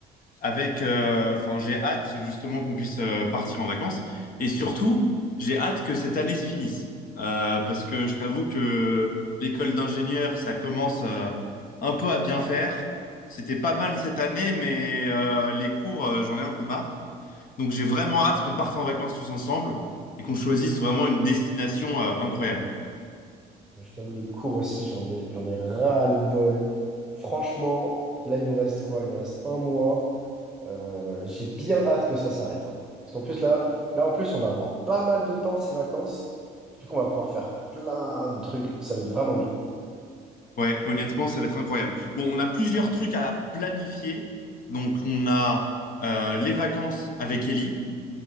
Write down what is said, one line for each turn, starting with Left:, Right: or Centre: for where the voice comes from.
Left: avec, euh, enfin, j'ai hâte justement qu'on puisse euh, partir en vacances et surtout, j'ai hâte que cette année se finisse Euh, parce que je t'avoue que l'école d'ingénieur, ça commence euh, un peu à bien faire. C'était pas mal cette année, mais euh, les cours, euh, j'en ai un peu marre. Donc, j'ai vraiment hâte qu'on parte en vacances tous ensemble et qu'on choisisse vraiment une destination euh, incroyable.
Centre: Je t'avoue, les cours aussi, j'en ai, j'en ai ras-le-bol. Franchement, là, il nous reste quoi? Il nous reste un mois. Euh, j'ai bien hâte que ça s'arrête. hein. Parce qu'en plus, là, là, en plus, on va avoir pas mal de temps ces vacances. Du coup, on va pouvoir faire plein de trucs. Ça va être vraiment bien.
Left: Ouais, honnêtement, ça va être incroyable. Bon, on a plusieurs trucs à planifier. Donc, on a euh, les vacances avec Ellie.